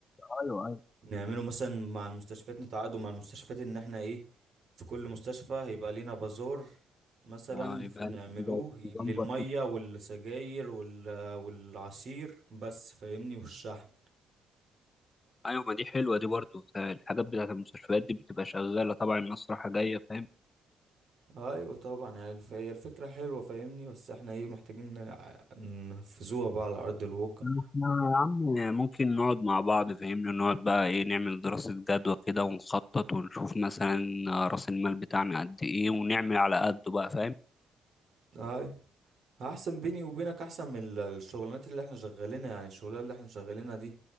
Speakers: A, on the left; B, on the right.
A: ايوه ايوه
B: نعمله مثلا مع المستشفيات نتعاقدوا مع المستشفيات ان احنا ايه في كل مستشفى هيبقى لينا بازار مثلا
A: آه، يبقى
B: في- نعملوه
A: لك زي
B: للمية
A: نظام بسيط.
B: والسجاير وال- والعصير بس فاهمني والشحن
A: ايوه ما دي حلوة دي برضه الحاجات بتاعت المستشفيات دي بتبقى شغالة طبعا الناس رايحة جاية فاهم
B: ايوه طبعا يعني الف- هي الفكرة حلوة فاهمني بس احنا ايه محتاجين نع- ننفذوها بقى على ارض الواقع
A: إحنا يا عم ممكن نقعد مع بعض فاهمني نقعد بقى ايه نعمل دراسة جدوى كده ونخطط ونشوف مثلا رأس المال بتاعنا قد ايه ونعمل على قده بقى فاهم
B: ايوه احسن بيني وبينك احسن من ال- الشغلانات اللي احنا شغالينها يعني الشغلانة اللي احنا شغالينها دي